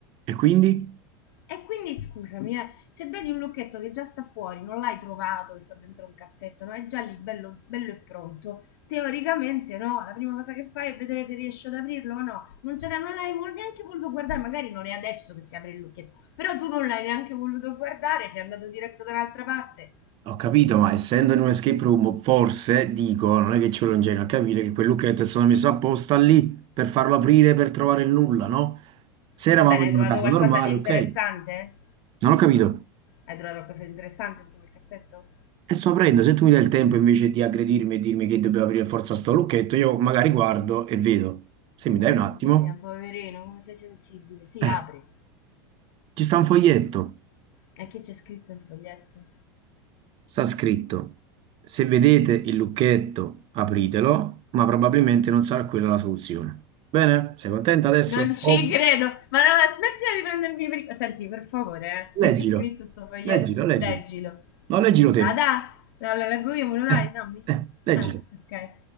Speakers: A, on the right (about 45°); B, on the left (about 70°).
A: E quindi?
B: E quindi scusami, eh, se vedi un lucchetto che già sta fuori, non l'hai trovato, che sta dentro un cassetto, no? È già lì bello, bello e pronto. Teoricamente no, la prima cosa che fai è vedere se riesci ad aprirlo o no. Non, ce l'hai- non l'hai vol- neanche voluto guardare, magari non è adesso che si apre il lucchetto, però tu non l'hai neanche voluto guardare, sei andato diretto da un'altra parte.
A: Ho capito, ma essendo in un escape room, forse, dico, non è che ci vuole un genio a capire che quel lucchetto è stato messo apposta lì per farlo aprire per trovare il nulla, no? Se eravamo
B: Va bene,
A: in
B: hai trovato
A: una casa
B: qualcosa
A: normale,
B: di
A: ok.
B: interessante?
A: Non ho capito.
B: Hai trovato qualcosa di interessante dentro quel cassetto?
A: E sto aprendo, se tu mi dai il tempo invece di aggredirmi e dirmi che devo aprire forza sto lucchetto, io magari guardo e vedo. Se mi dai
B: Mamma
A: un attimo,
B: mia, poverino, come sei sensibile. Sì,
A: eh,
B: apri.
A: ci sta un foglietto,
B: E che c'è scritto il foglietto?
A: sta scritto, se vedete il lucchetto apritelo, ma probabilmente non sarà quella la soluzione. Bene? Sei contenta adesso?
B: Non ci
A: Oh,
B: credo! Ma no, ma smettila di prendermi per... il- Senti, per favore, eh,
A: leggilo,
B: che c'è scritto sto foglietto?
A: leggilo, leggilo.
B: Leggilo.
A: No, leggilo te.
B: La data... La, la leggo io, me lo dai?
A: Eh,
B: Dammi.
A: eh, leggilo.
B: Eh, ok.